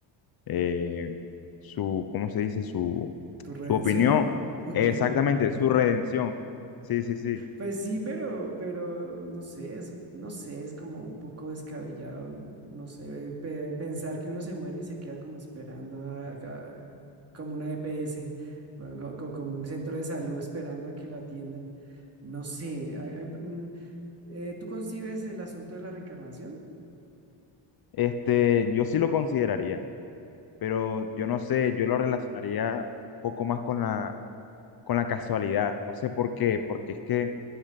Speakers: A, on the left; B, on the right.
A: eh, su, ¿cómo se dice? Su,
B: ¿Tu redención?
A: su opinión,
B: <laughs>
A: exactamente, su redención. Sí, sí, sí.
B: Pues sí, pero, pero no sé, es, un- no sé, es como un poco descabellado, n- no sé, eh, pe- pensar que uno se muere y se queda como esperando a- a- como una EPS o, o- o como un centro de salud esperando a que lo atiendan. No sé, a- a- mm, Eh, ¿tú concibes el asunto de la reencarnación?
A: Este, yo sí lo consideraría, pero yo no sé, yo lo relacionaría un poco más con la, con la casualidad, no sé por qué, porque es que